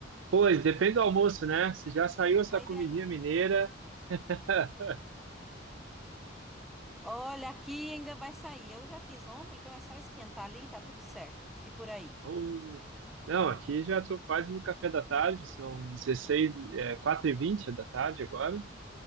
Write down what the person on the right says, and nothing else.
pois, depende do almoço, né? Se já saiu essa
comidinha
mineira, <laughs>
Uh, não, aqui já estou quase no café da tarde, são 16, é, 4h20 da tarde agora.